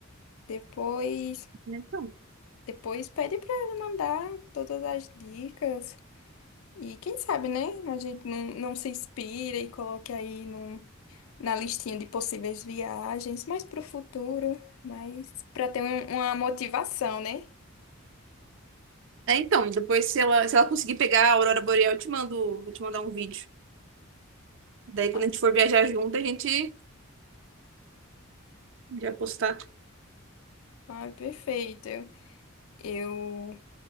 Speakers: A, on the left (about 70°); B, on the right (about 60°).
A: Depois,
B: Então.
A: depois pede pra ela mandar todas as dicas e quem sabe, né, a gente não, não se inspira e coloque aí num, na listinha de possíveis viagens, mais pro futuro, mas pra ter um- uma motivação, né?
B: É, então, depois se ela, se ela conseguir pegar a Aurora Boreal, eu te mando, vou te mandar um vídeo. Daí quando
A: Ah,
B: a gente for viajar junto, a gente já postar.
A: ah, perfeito. Eu